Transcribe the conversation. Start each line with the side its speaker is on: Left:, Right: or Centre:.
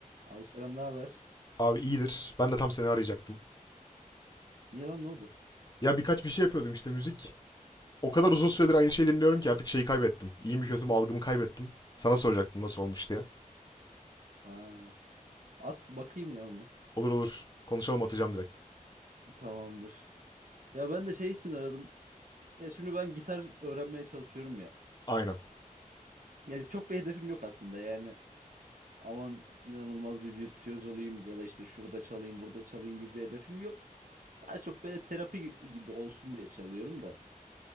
Right: Abi selam, ne haber?
Left: Abi iyidir. Ben de tam seni arayacaktım.
Right: Niye lan ne oldu?
Left: Ya birkaç bir şey yapıyordum işte müzik. O kadar uzun süredir aynı şeyi dinliyorum ki artık şeyi kaybettim. İyi mi kötü mü algımı kaybettim. Sana soracaktım nasıl olmuş diye.
Right: Ha. At bakayım ya onu.
Left: Olur olur. Konuşalım atacağım direkt.
Right: Tamamdır. Ya ben de şey için aradım. Ya şimdi ben gitar öğrenmeye çalışıyorum ya.
Left: Aynen.
Right: Ya çok bir hedefim yok aslında yani. Aman inanılmaz bir virtüöz olayım ya da işte şurada çalayım, burada çalayım gibi bir hedefim yok. Daha çok böyle terapi gibi olsun diye çalıyorum da.